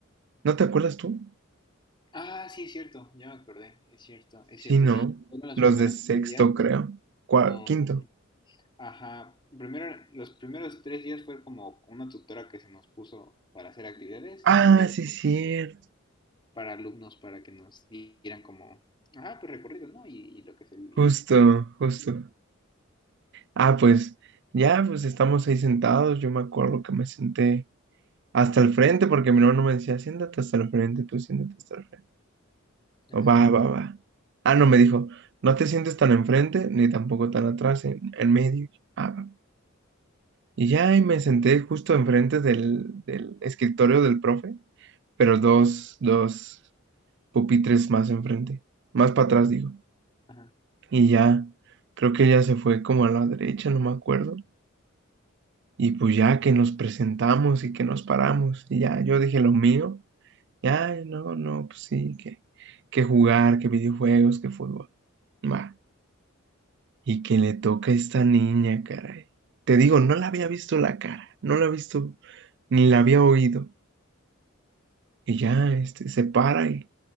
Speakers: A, on the right; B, on the left.
A: ¿No te acuerdas tú?
B: Ah, sí, es cierto. Ya me acordé. Es cierto, es
A: Sí,
B: cierto,
A: no,
B: sí. Fueron los
A: los
B: primeros
A: de sexto,
B: tres días
A: creo. Cua-
B: con...
A: quinto.
B: Ajá. Primero, era- los primeros tres días fue como una tutora que se nos puso para hacer actividades
A: Ah,
B: y luego...
A: sí, cierto.
B: para alumnos para que nos dieran como, ajá, pues recorrido, ¿no? Y, y lo que se vivía.
A: Justo, justo. Ah, pues ya, pues estamos ahí sentados. Yo me acuerdo que me senté hasta el frente porque mi hermano me decía, siéntate hasta el frente, tú siéntate hasta el frente.
B: Ajá,
A: Va, va, va. Ah, no, me dijo, no te sientes tan enfrente ni tampoco tan atrás, en, en medio. Ah, va. Y ya ahí me senté justo enfrente del, del escritorio del profe, pero dos, dos pupitres más enfrente, más para atrás, digo.
B: ajá.
A: Y ya, creo que ella se fue como a la derecha, no me acuerdo. Y pues ya que nos presentamos y que nos paramos, y ya yo dije lo mío, ya, no, no, pues sí, que, que jugar, que videojuegos, que fútbol. Va. Y que le toca a esta niña, caray. Te digo, no la había visto la cara, no la había visto, ni la había oído. Y ya, este, se para y,